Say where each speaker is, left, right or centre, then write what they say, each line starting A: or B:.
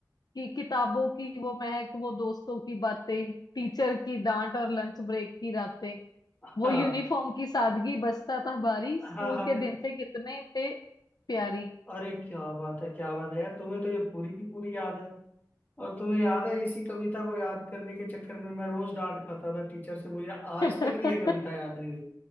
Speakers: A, on the left; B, on the left.
A: कि किताबों की वो महक वो दोस्तों की बातें टीचर की डांट और लंच ब्रेक की रातें
B: हाँ
A: वो यूनिफॉर्म की सादगी बस्ता था भारी
B: हाँ
A: स्कूल
B: हम
A: के दिन थे कितने थे प्यारी
B: अरे क्या बात है क्या बात है यार तुम्हें तो ये पूरी की पूरी याद है और तुम्हें याद है इसी कविता को याद करने के चक्कर में मैं रोज डांट खाता था टीचर से मुझे आज
A: <laughs>
B: तक ये कविता याद नहीं हुई